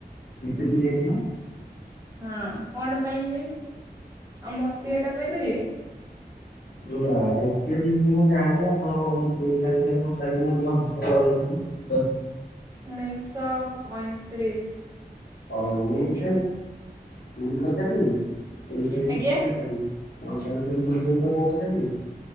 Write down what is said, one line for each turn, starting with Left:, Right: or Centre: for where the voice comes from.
Left: ଏପ୍ରିଲ ଏକ ନା।
Right: ହଁ କଣ ପାଇ ହୁଏ ଆଉ ମସିଆଟା କହିପାରିବେ।
Left: ନା ଏତେ ମୁଁ ଜାଣିନି ଆପଣ ଓଡ଼ିଶା ବିଷୟରେ ପଚାରିଲେ <inaudible> ବସ୍ <unintelligible>
Right: ଉଣେଇଶହ ପଇଁତିରିଶ।
Left: ହଉ
Right: ଛତିଶ
Left: ମୁଁ ପଚାରିବି ମୁଁ ପଚାରିବି ଏ ବିଷୟରେ।
Right: ଆଜ୍ଞା
Left: ପଇସା ନବୁ ତୁ ସେ କଥା ମୁଁ ପଚାରିବି।